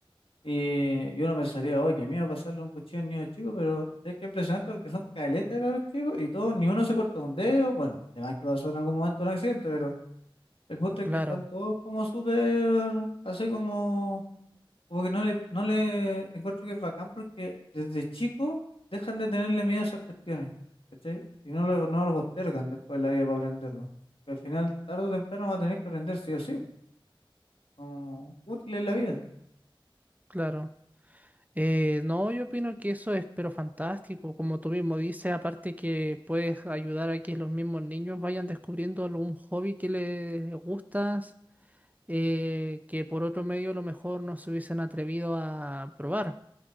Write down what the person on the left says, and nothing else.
Y yo no pensaría, oh, qué miedo pasarle un cuchillo a un niño chico, pero es que es impresionante porque son caletas de cabros chicos y todos, ni uno se corta un dedo. Bueno, además que pasó en algún momento un accidente, pero el punto es
que están todos como súper, así como Como que no le, no le encuentro que es bacán porque desde chico dejan de tenerle miedo a esas cuestiones, ¿cachai? Y no lo, no lo postergan después de la vida para aprenderlo. Que al final, tarde o temprano, va a tener que aprender sí o sí, como útil en la vida.